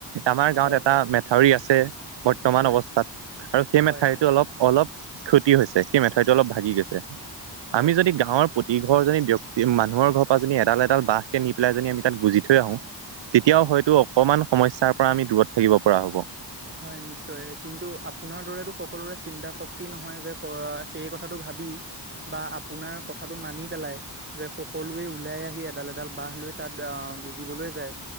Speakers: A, on the right (about 90°); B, on the right (about 25°).
A: আমাৰ গাঁৱত
B: হয়
A: এটা
B: হয়
A: মেথাউৰি আছে। বৰ্তমান
B: হয়
A: অৱস্থাত আৰু সেই
B: হয়
A: মেথাউৰিটো
B: হয়
A: অলপ অলপ ক্ষতি হৈছে। সেই মেথাউৰিটো অলপ ভাগি গৈছে।
B: হয়
A: আমি যদি গাঁৱৰ প্ৰতি ঘৰ যদি ব্যক্তি মানুহৰ ঘৰ পৰা যদি এডাল এডাল বাহঁকে নি পেলাই যদি আমি তাত গুজি থৈ আহোঁ, তেতিয়াও
B: হয়।
A: হয়তো অকণমান সমস্যাৰ পৰা আমি দূৰত থাকিব পৰা হ'ব।
B: হয় নিশ্চয়। কিন্তু আপোনাৰ দৰেতটো সকলোৰে চিন্তা শক্তি নহয় যে <unintelligible> সেই কথাটো ভাবি বা আপোনাৰ কথাটো মানি পেলাই যে সকলোৱে ওলাই আহি এডাল-এডাল বাঁহ লৈ তাত আহ গুজিবলৈ যায়।